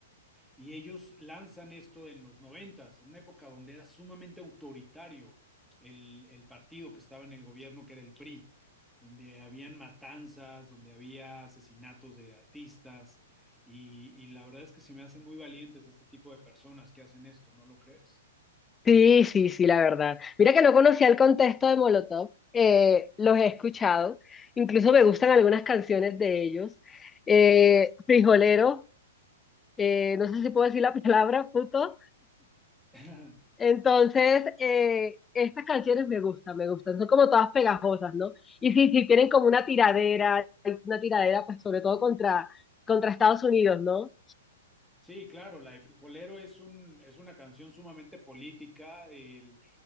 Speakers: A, in the centre; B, on the left.
A: Y ellos lanzan esto en los noventas, en una época donde era sumamente autoritario el, el partido que estaba en el gobierno, que era el PRI, donde habían matanzas, donde había asesinatos de artistas, y, y la verdad es que se me hacen muy valientes este tipo de personas que hacen esto, ¿no lo crees?
B: Sí, sí, sí, la verdad. Mira que no conocía el contexto de Molotov, eh, los he escuchado, incluso me gustan algunas canciones de ellos. Eh, frijolero, eh, no sé si puedo decir la <laughs> palabra, puto.
A: <laughs>
B: Entonces, eh, estas canciones me gustan, me gustan, son como todas pegajosas, ¿no? Y sí, sí, tienen como una tiradera, una tiradera pues sobre todo contra, contra Estados Unidos, ¿no?
A: Sí, claro, la de Frijolero es un, es una canción sumamente política. el-